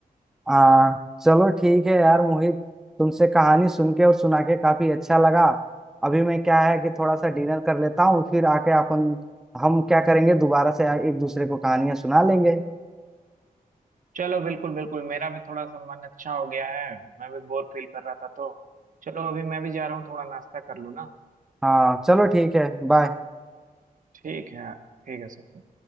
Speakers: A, in the centre; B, on the right.
A: हाँ चलो ठीक है यार मोहित तुमसे कहानी सुन के और सुना के काफी अच्छा लगा अभी मैं क्या है कि थोड़ा सा डिनर कर लेता हूँ फिर आके अपन हम क्या करेंगे दोबारा से एक दूसरे को कहानियां सुना लेंगे
B: चलो बिल्कुल बिल्कुल मेरा भी थोड़ा सा मन अच्छा हो गया है मैं भी बोर फील कर रहा था तो चलो अभी मैं भी जा रहा हूँ थोड़ा नाश्ता कर लूँ ना
A: हाँ चलो ठीक है बाय
B: ठीक है ठीक है सचिन